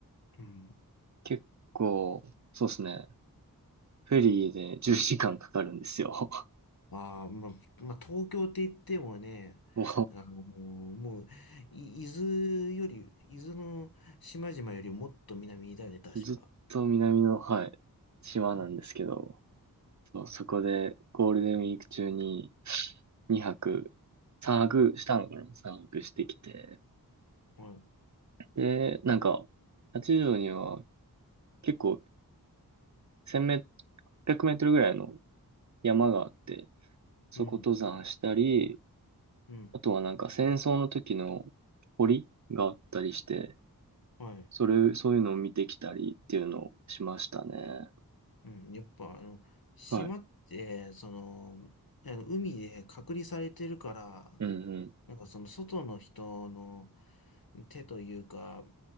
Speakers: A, on the left; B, on the right.
A: うん。
B: 結構、そうですね。フェリーで10時間かんかかるんですよ。
A: ああ、まあ、まあ、東京って言ってもね、
B: <laughs> も
A: あのもう、い伊豆より、伊豆の島々よりもっと南だよね、確か。
B: う、ずっと南の、はい、島なんですけど、
A: うん。
B: そうそこでゴールデンウィーク中に2泊、3泊したのかな ?3 泊してきて。
A: はい。
B: で、なんか、八丈には結構1メ、800メートルぐらいの山があって、そこ登山したり、
A: うん。うん。
B: あとはなんか戦争の時の堀があったりして、
A: はい。
B: それ、そういうのを見てきたりっていうのをしましたね。
A: うん。やっぱ、あの、島って、
B: はい。
A: その、あの海で隔離されてるから、
B: うんうん。い
A: なんかその外の人の手というか、